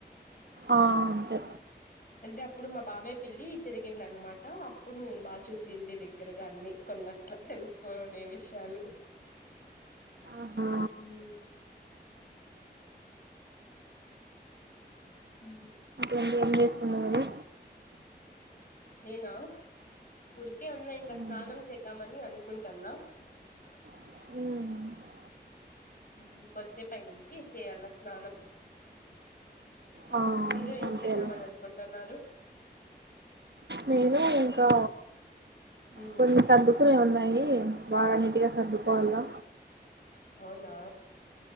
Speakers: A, on the right; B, on the left.
A: ఆ అంతే
B: అంటే అప్పుడు మా బాబాయ్ పెళ్లి జరిగింది అన్నమాట అప్పుడు నేను బాగా చూసిడి దగ్గరగా అన్ని కొన్నా అట్లా తెలుసుకోనే విషయాలు
A: ఆహా
B: ఉ ఉమ్
A: అంటంట ఎంసున్నరేని
B: నా ఊరికే ఉన్నా ఇంకా స్నానం
A: ఉమ్.
B: చేద్దామని అనుకుటాన్నా
A: ఉహ్
B: కొ వచ్చే పై నుంచి చేయాల స్నానం
A: ఆ
B: మీరు ఏం
A: అంతేలే
B: చేద్దామని అనుకుంటున్నారు
A: నేను ఇంకా
B: మ్మ్
A: కొన్ని తగ్గు కునే ఉన్నాయి బాగా నీటగా సర్దుకోవాల
B: అవునా